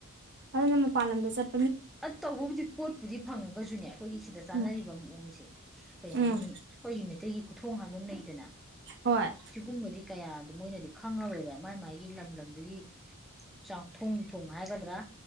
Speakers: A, on the right; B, in the centre.
A: ꯑꯗꯨꯅ ꯃꯄꯥꯜ ꯂꯝꯗ ꯆꯠ
B: ꯑ ꯇꯧꯕꯕꯨꯗꯤ ꯄꯣꯠꯄꯨꯗꯤ ꯐꯪꯉ ꯖꯨꯅꯤ ꯑꯩꯈꯣꯏꯒꯤ ꯁꯤꯗ ꯆꯥꯅꯔꯤꯕ
A: ꯎꯝ
B: ꯃꯑꯣꯡꯁꯦ ꯀꯩ
A: ꯎꯝ
B: ꯍꯥꯏꯅꯤ ꯑꯩꯈꯣꯏꯒꯤ ꯃꯩꯇꯩꯒꯤ ꯈꯨꯊꯣꯡ ꯍꯥꯏꯕ ꯑꯃ ꯂꯩꯗꯅ
A: ꯍꯣꯏ
B: ꯁꯤꯒꯨꯝꯕꯗꯤ ꯀꯌꯥꯗꯤ ꯃꯣꯏꯅꯗꯤ ꯈꯪꯉꯔꯣꯏꯕ ꯃꯥꯏ ꯃꯥꯥꯏꯒꯤ ꯂꯝ ꯑꯗꯒꯤ ꯆꯥꯛꯊꯣꯡ ꯊꯣꯡ ꯍꯥꯏꯒꯗ꯭ꯔꯥ